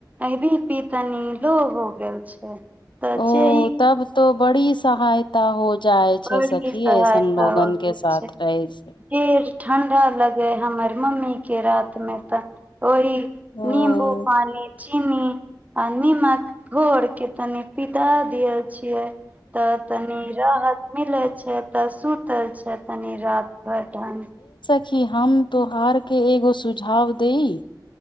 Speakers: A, on the right; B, on the left.
A: अ-बीपी तनि लो हो गेल छै तऽ
B: ओ
A: जे ई
B: तब तो बड़ी सहायता हो जाय छै
A: बड़ी
B: सखी
A: सहायता
B: ऐसन लोगन
A: हो
B: के साथ
A: छै
B: रहै छै
A: फिर ठण्डा लगै हमर मम्मी के रात मे तऽ ओहि
B: हँ
A: नीमबू पानि चीनी आ निमक घोर के तनि पिला दिअ छियै तऽ तनी राहत मिलत छै तऽ सुूतल छै तनि राति भर ढ्ंग
B: -खी की हम त्यौहारके एगो सुझाव दइ